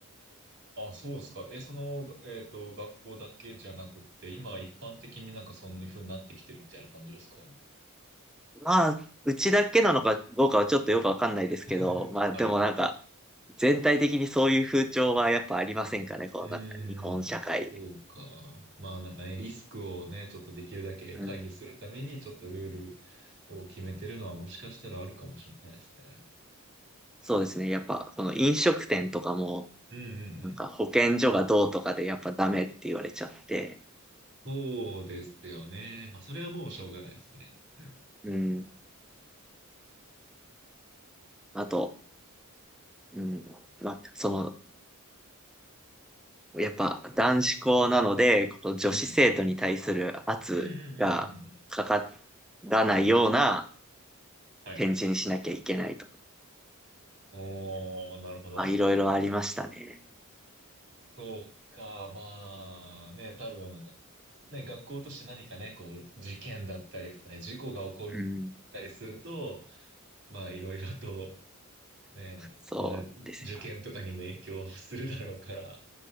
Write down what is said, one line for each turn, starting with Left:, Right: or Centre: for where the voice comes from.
Right: あ、そうですか。え、その、えっと、学校だけじゃなくって、今一般的になんかそんな風になってきてるみたいな感じですか
Centre: まあ、うちだけなのかどうかはちょっとよくわかんないですけど、
Right: <laughs>
Centre: まあでもなんか、
Right: はい。
Centre: 全体的にそういう風潮はやっぱありませんかね、このなんか日本社会。
Right: うーん、そうか。まあなんかね、リスクをね、ちょっとできるだけ回避するために、
Centre: うん、
Right: ちょっとルールを決めてるのはもしかしたらあるかもしれないですね。
Centre: そうですね。やっぱこの飲食店とかも、
Right: うんうんうん。
Centre: なんか保健所がどうとかでやっぱダメって言われちゃって、
Right: そうですよね。まあそれはもうしょうがないですね。うん。
Centre: うん。あと、うん。まあ、その、やっぱ男子校なので、この女子生徒に対する圧がかか
Right: うん。うんうんうんうん。
Centre: らないような
Right: はい。
Centre: 展示にしなきゃいけないと。
Right: おー、なるほど。
Centre: まあ、いろいろありましたね。
Right: そうか。まあね、多分、ね、学校として何かね、こう、事件だったりとかね、事故が起こったりすると、
Centre: うん。
Right: まあ、いろいろとね
Centre: そうですよ。
Right: え、まあ、受験とかにも影響するだろうから、